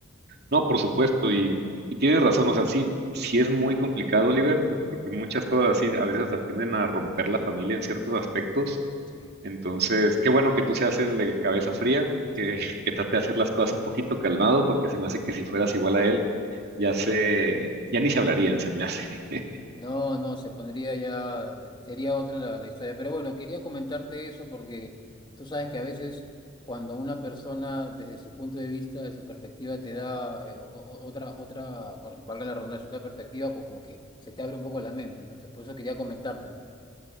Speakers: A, on the right; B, on the left.
A: No, por supuesto, y, y tienes razón, o sea, sí, sí es muy complicado, Oliver, porque muchas cosas así a veces hasta tienden a romper la familia en ciertos aspectos.
B: Sí.
A: Entonces, qué bueno que tú seas el de cabeza fría,
B: Sí,
A: que,
B: sí,
A: <laughs>
B: sí.
A: que trate de hacer las cosas un poquito calmado, porque se me hace que si fueras igual a él, ya se,
B: Sí.
A: ya ni se hablarían, se me hace. <laughs>
B: No, no, se pondría ya, sería otra la, la historia. Pero bueno, quería comentarte eso porque tú sabes que a veces cuando una persona desde su punto de vista, de su perspectiva, te da eh, o- o- otra, otra, bueno, valga la redundancia, otra perspectiva, pues como que se te abre un poco la mente. ¿no? Entonces, por eso quería comentártelo.